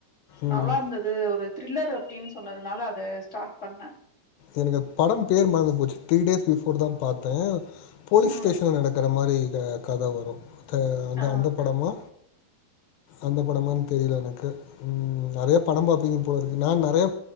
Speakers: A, on the left (about 80°); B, on the left (about 20°).
A: ம்.
B: நல்லா இருந்தது ஒரு த்ரில்லர் அப்படின்னு சொன்னதுனால அது ஸ்டார்ட் பண்ணே
A: எனக்கு அது படம் பேர் மறந்து போச்சு த்ரீ டேஸ் பிஃபோர் தான் பாத்தே போலீஸ்
B: ம்
A: ஸ்டேஷன்ல நடக்க க்கற மாரி க கதை வரு அந்த
B: ஆ
A: அந்த படமா அந்த படமானு தெரியல எனக்கு ம் நறைய படம் பாப்பீங்க போல இருக்கு நான் நறைய